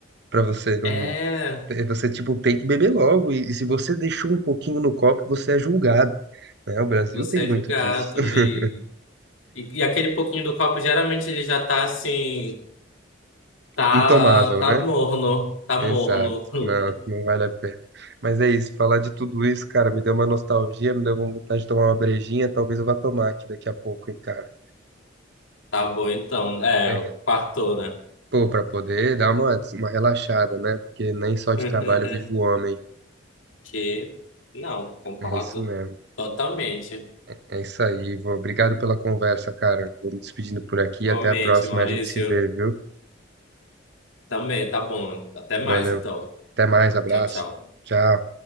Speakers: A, on the right; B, on the left.
A: Pra você não.
B: É,
A: é, Você, tipo, tem que beber logo, e, e se você deixou um pouquinho no copo, você é julgado, né? O Brasil
B: você
A: tem
B: é
A: muito
B: julgado.
A: disso. <laughs>
B: E, e, e aquele pouquinho do copo, geralmente ele já tá assim, tá,
A: Intomável,
B: tá
A: né?
B: morno, tá
A: Exato.
B: morno. <laughs>
A: Não, não vale a pena. Mas é isso, falar de tudo isso, cara, me deu uma nostalgia, me deu uma vontade de tomar uma brejinha, talvez eu vá tomar aqui daqui a pouco, hein, cara.
B: Tá bom então, é,
A: É.
B: quartou, né?
A: Pô, pra poder dar uma, uma relaxada, né? Porque nem só de
B: <laughs>
A: trabalho vive o homem.
B: Que não, concordo
A: É isso mesmo.
B: totalmente.
A: É isso aí, Ivo. Obrigado pela conversa, cara. Vou me despedindo por aqui.
B: Igualmente,
A: Até a próxima.
B: Maurício.
A: A gente se vê, viu?
B: Também, tá bom. Até mais,
A: Valeu.
B: então.
A: Até mais. Abraço.
B: Tchau, tchau.
A: Tchau.